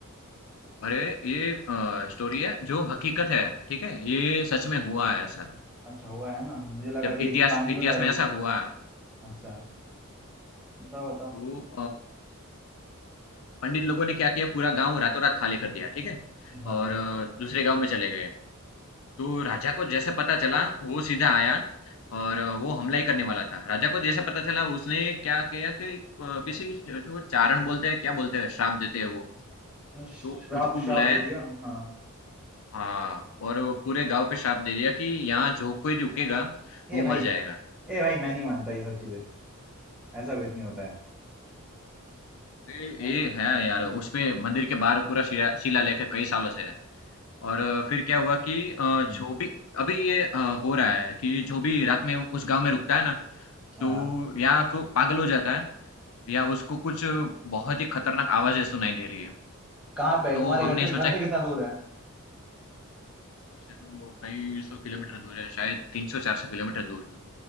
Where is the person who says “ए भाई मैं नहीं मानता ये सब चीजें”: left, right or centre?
Centre